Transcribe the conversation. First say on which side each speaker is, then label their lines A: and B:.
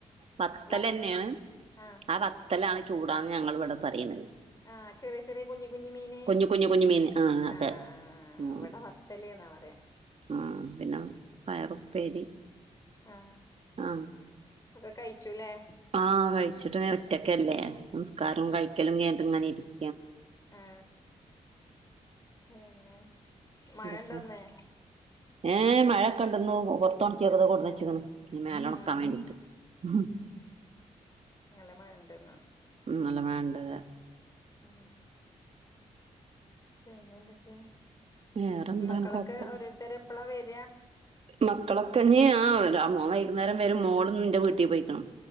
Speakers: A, on the right; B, on the left.
A: വത്തൽ
B: വ
A: തന്നെയാണ്
B: ആഹ്
A: ആ വത്തലാണ് ചൂടാന്ന് ഞങ്ങൾ ഇവിടെ പറയുന്നത്.
B: ആ ചെറിയ ചെറിയ കുഞ്ഞി കുഞ്ഞി മീന്
A: കുഞ്ഞു കുഞ്ഞു കുഞ്ഞു മീൻ ആ അതെ.
B: ആഹ് ആഹ് ആഹ്
A: ഉം
B: ഇവിടെ വത്തല്ന്നാ പറയാ
A: ആ പിന്നെ പയറുപ്പേരി
B: ആ
A: ആ
B: ഒക്കെ കഴിച്ചുല്ലേ?
A: ആഹ് കഴിച്ചിട്ട് ഒറ്റക്കല്ലേ നിസ്കാരം കഴിക്കലും കഴിഞ്ഞിട്ട് ഇങ്ങനെ ഇരിക്കും
B: ആ പിന്നെ മഴ
A: എന്തൊക്കെ
B: ഇണ്ടോ ഇന്ന്?
A: ഏ മഴയൊക്കെണ്ടന്ന് പുറത്തു ഉണക്കിയതൊക്കെ കൊണ്ട് വന്ന് വെച്ചെക്കണു മേലെ ഉണക്കാൻ
B: ഉം
A: വേണ്ടിട്ട് ഉം
B: നല്ല മഴണ്ട്ന്ന്
A: നല്ല മയണ്ട്ത്
B: ഉം പിന്നെ എന്തൊക്കെയ?
A: വേറെന്താണ്
B: ഈ മക്കളൊക്കെ
A: കൊഴപ്പം
B: ഓരോരുത്തര എപ്പള വര
A: മക്കളൊക്കെ ഇനി ആ മോൻ വൈകുന്നേരം വരും മോള് ഇന്ന് എൻ്റെ വീട്ടി പോയിക്കണ്.